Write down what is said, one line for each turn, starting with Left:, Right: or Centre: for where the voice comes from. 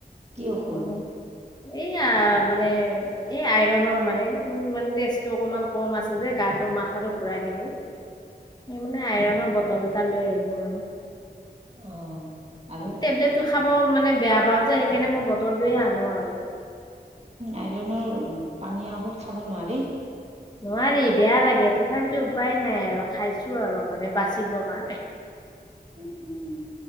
Right: কি ঔষধ?
Left: নহয় এইয়া মানে এ আইৰনৰ মানে উম' মানে তেজটো অকমান কম আছে যে গাটো মাথাটো ঘুৰাই থাকে। সেই মানে আইৰনৰ বটল এটা লৈ আহিলো মানে।
Right: অ'। আৰু?
Left: টেবলেটটো খাব মানে বেয়া পাওঁ যে সেইকাৰণে মই বটলটয়ে আনো আৰু
Right: আইৰণ পানী ঔষধ খাব নোৱাৰি
Left: নোৱাৰি বেয়া লাগে তথাপিতো উপায় নাই আৰু খাইছো আৰু মানে বাচিবৰ কাৰণে
Right: ওম ওম